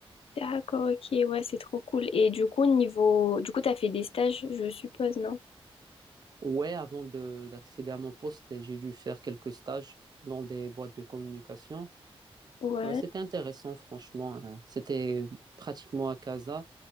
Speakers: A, on the left; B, on the right.
A: D'accord, ok, ouais, c'est trop cool. Et du coup, niveau, du coup, t'as fait des stages, je suppose, non?
B: Ouais, avant de d'accéder à mon poste, j'ai dû faire quelques stages dans des boîtes de communication.
A: Ouais,
B: Ouais, c'était intéressant, franchement. euh, C'était pratiquement à Casa,